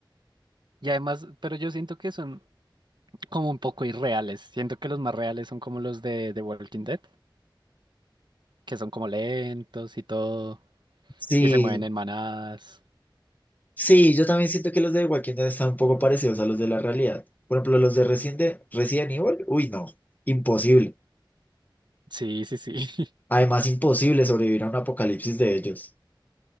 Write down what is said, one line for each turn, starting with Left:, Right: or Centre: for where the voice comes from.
Right: Y además, pero yo siento que son como un poco irreales. Siento que los más reales son como los de The Walking Dead, que son como lentos y todo,
Left: Sí,
Right: y se mueven en manadas.
Left: sí, yo también siento que los de Walking Dead están un poco parecidos a los de la realidad. Por ejemplo, los de Resident, de- Resident Evil, uy, no, imposible.
Right: Sí, sí, sí. <laughs>
Left: Además, imposible sobrevivir a un apocalipsis de ellos.